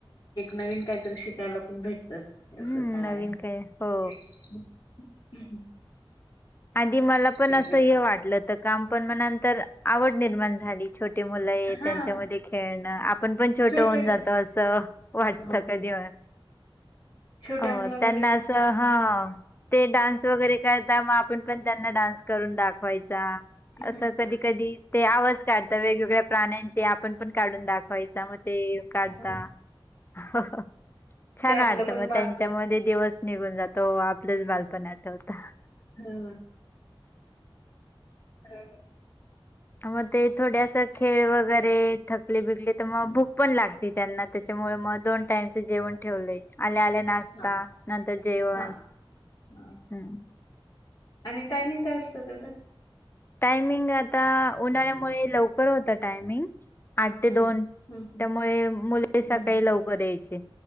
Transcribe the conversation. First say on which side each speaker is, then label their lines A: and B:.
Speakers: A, on the left (about 50°); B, on the left (about 25°).
A: नवीन काहीतरी शिकायला पण भेटत. तस
B: हम्म
A: काय
B: नवीन हो.
A: <unintelligible>
B: आधी मला
A: काय
B: पण असं
A: कर
B: हे वाटलं, तर काम पण म नंतर आवड निर्माण झाली. छोटी मुलं आहे
A: हां,
B: त्यांच्यामध्ये खेळणं आपण पण छोटं
A: छोटे
B: होऊन जातो. असं वाटत
A: हो,
B: कधी
A: छोट्या
B: अ
A: मुलामध्ये
B: त्यांना
A: खूप
B: असं
A: छान
B: हा ते डान्स वगैरे करता मग आपण पण त्यांना डान्स करून दाखवायचा, असं
A: हं,
B: कधी कधी आवाज काढत वेगवेगळ्या प्राण्यांचे, आपण पण काढून दाखवायचा मग काढता,
A: हां,
B: छान
A: ते आपलं
B: वाटत
A: पण
B: मग
A: बालपण
B: त्यांच्या मध्ये दिवस निघून जातो, आपलंच बालपण आठवत.
A: ह ह
B: मग ते थोडे असं खेळ वगैरे थकले- बिकले तर मग भूक पण लागते त्यांना त्याच्यामुळे मग, दोन टाइमच जेवण ठेवले, आल्या आल्या नाश्ता
A: हां,
B: नंतर जेवण,
A: हां, हां
B: हम्
A: आणि टायमिंग काय असतं त्याचं?
B: टायमिंग आता उन्हाळ्यामुळे लवकर होत टायमिंग, आठ ते
A: हं,
B: दोन,
A: हं, हं,
B: त्यामुळे मुले सकाळी
A: हं,
B: लवकर यायचे.